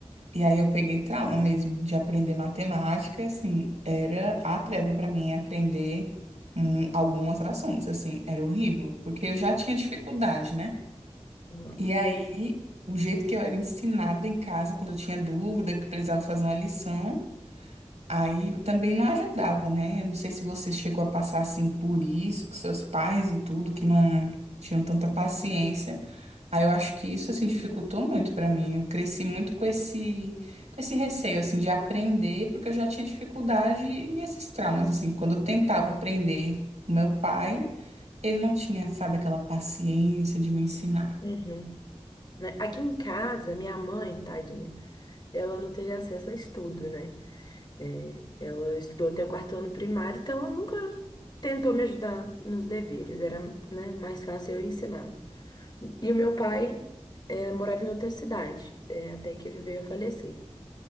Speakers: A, on the right; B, on the left.
A: E aí eu peguei trauma mesmo de aprender matemática, e, assim, era a treva pra mim aprender hum, alguns assuntos, assim, era horrível, porque eu já tinha dificuldade, né?
B: Uhum.
A: E aí, o jeito que eu era ensinada em casa, quando eu tinha dúvida, que precisava fazer uma lição, aí também não ajudava, né? Eu não sei se você chegou a passar assim por isso, com seus pais e tudo, que não tinham tanta paciência. Aí eu acho que isso assim dificultou muito pra mim. Eu cresci muito com esse com esse receio assim de aprender, porque eu já tinha dificuldade e esses traumas assim. Quando eu tentava aprender com meu pai, ele não tinha, sabe, aquela paciência de me ensinar.
B: Uhum. Né? Aqui em casa, minha mãe, tadinha, ela não teve acesso a estudo, né? É, ela estudou até o quarto ano primário, então ela nunca tentou me ajudar nos deveres, era, né, mais fácil eu ensiná-la. E o meu pai, é, morava em outra cidade, é, até que ele veio a falecer.